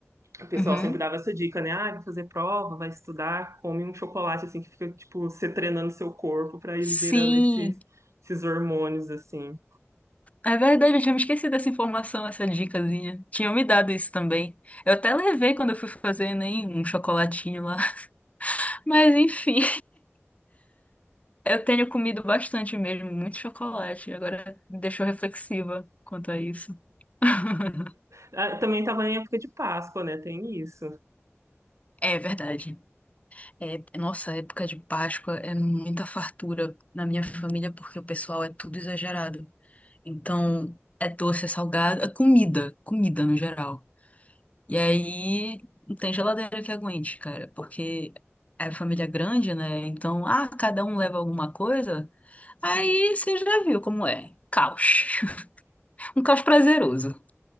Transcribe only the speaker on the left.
Uhum.
Sim,
é verdade, eu tinha me esquecido dessa informação, essa dicasinha. Tinham me dado isso também. Eu até levei quando eu fui fazer nem um chocolatinho lá. <laughs> Mas enfim, eu tenho comido bastante mesmo, muito chocolate. Agora me deixou reflexiva quanto a isso. <laughs>
É verdade. É, nossa, época de Páscoa é muita fartura na minha família porque o pessoal é tudo exagerado. Então, é doce, é salgado, é comida, comida no geral. E aí não tem geladeira que aguente, cara, porque é família grande, né? Então, ah, cada um leva alguma coisa. Aí você já viu como é. Caos. <laughs> Um caos prazeroso.